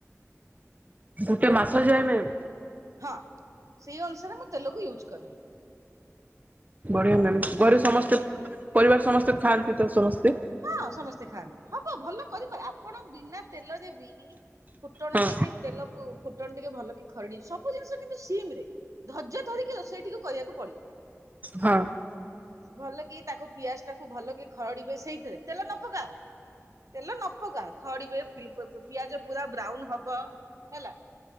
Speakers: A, on the right (about 30°); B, on the right (about 85°).
A: ଗୋଟେ ମାସ
B: ହେଲା।
A: ଯାଏ
B: ଗୋ,
A: ମ୍ୟାମ୍
B: ହଁ ସେଇ ଅନୁସାରେ ମୁଁ ତେଲକୁ ୟୁଜ୍ କରେ।
A: ବଢିଆ ମ୍ୟାମ୍।
B: ହେଲା
A: ଘରେ ସମସ୍ତେ ପରିବାର ସମସ୍ତେ ଖାଆନ୍ତି ତ ସମସ୍ତେ?
B: ହଁ ସମସ୍ତେ ଖାଆନ୍ତି। ହବ ଭଲ କରିପାରି ଆପଣ ବିନା ତେଲରେ ବି ଫୁଟଣ
A: ହଁ
B: ଟିକେ ତେଲକୁ ଫୁ ଟଣ ଟିକେ ଭଲ କି ଖରଡି ସବୁ ଜିନିଷ କିନ୍ତୁ ସିମ୍ ରେ ଧର୍ଯ୍ୟ ଧରିକି ରୋଷେଇ ଟିକେ କରିବାକୁ ପଡିବ।
A: ହଁ।
B: ଭଲ କି ତାକୁ ପିଆଜଟାକୁ ଭଲ କି ଖରଡିବେ ସେଇଥିରେ, ତେଲ ନ ପକାଅ ତେଲ ନ ପକାଅ ଖରଡିବେ, ପିଆଜ ପୁରା ବ୍ରାଉନ ହବ ହେଲା।